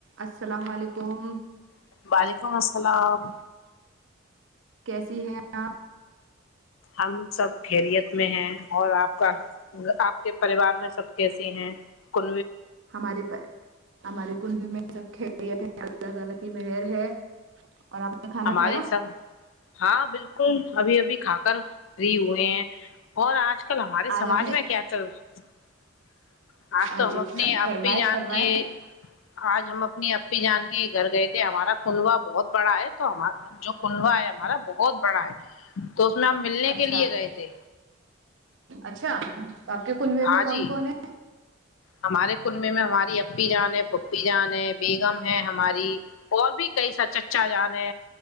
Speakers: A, on the right; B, on the left.
A: السلام علیکم
B: ہیلو وعلیکم السلام
A: کیسی ہے آ
B: ہم سب خیریت میں ہیں اور آپ کا آپ کے پریوار میں سب کیسیے ہیں کچ
A: ہماری پ ہمارے کنب میں سب کھیریت ہے اللہ تعالی کی مہر ہے اور آپ نے کھانا
B: ہمارے
A: کھایا
B: ساتھ ہاں بالکل ابھی ابھی کھا کر رہی ہوئے ہیں اور آج کل ہمارے سماج
A: آج آپ نے
B: میں کیا چل رہا آج
A: ہاں
B: تو ہم
A: جی
B: اپنے آ
A: فرمائے
B: ہی جان
A: فرمائے
B: کے آج ہم اپنی جان کے گھر گئے تھے ہمارا کنوا بہت بڑا ہے تو ہمارا جو کنڈوا ہے ہمارا بہت بڑا ہے تو اس میں ہم ملنے
A: اچھا
B: کے لیے گئے تھے
A: اچھا تو آ کے کلوے
B: ہاں
A: میں کون
B: جی
A: کون ہے
B: ہمارے کنبے میں ہماری اپی جان ہے پپی جان ہے بیگم ہے ہماری اور بھی کئی سا چچا جانے